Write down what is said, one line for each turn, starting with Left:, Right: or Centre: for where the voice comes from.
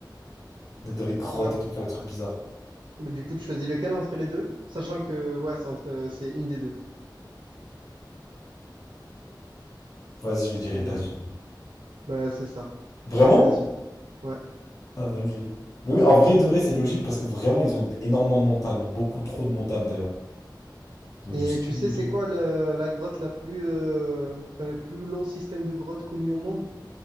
Left: D'être dans les grottes
Right: Ouais.
Left: et tout, faire des trucs bizarres.
Right: Mais du coup, tu choisis lequel entre les deux? Sachant que, ouais, c'est entre, c'est une des deux.
Left: Vas-y, je vais dire
Right: Et,
Left: États-Unis.
Right: bah, c'est ça.
Left: Vraiment?
Right: C'est les États-Unis. Ouais.
Left: Ah, dinguerie. Mais oui, en vrai, de vrai, c'est logique, parce que vraiment, ils ont énormément de montagnes, beaucoup trop de montagnes d'ailleurs. Ils ont
Right: Et
Left: du ski
Right: tu sais,
Left: et
Right: c'est
Left: tout.
Right: quoi le- la grotte la plus, euh, enfin, le plus long système de grottes connu au monde?